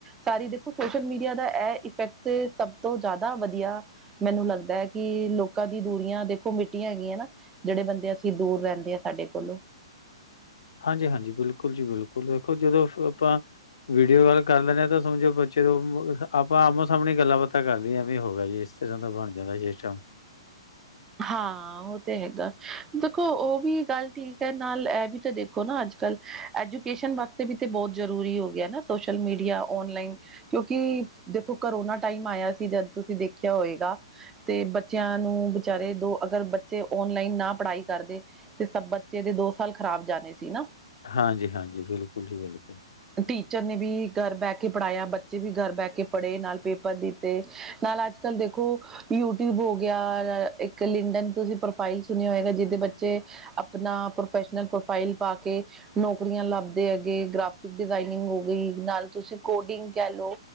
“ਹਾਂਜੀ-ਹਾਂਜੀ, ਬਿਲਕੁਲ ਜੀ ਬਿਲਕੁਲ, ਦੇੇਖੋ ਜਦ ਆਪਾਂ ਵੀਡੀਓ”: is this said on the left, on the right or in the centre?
Left